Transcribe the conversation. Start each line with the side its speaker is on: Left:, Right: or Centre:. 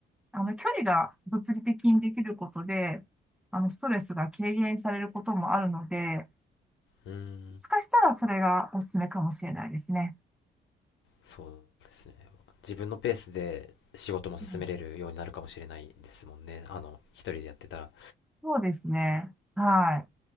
Centre: あの、距離が物理的にできることで、あの、ストレスが軽減されることもあるので、
Left: うーん。
Centre: もしかしたらそれがおすすめかもしれないですね。
Left: そうですね。自分のペースで仕事も進めれるようになるかもしれないですもんね。
Centre: うん
Left: あの、一人でやってたら。
Centre: そうですね。はい。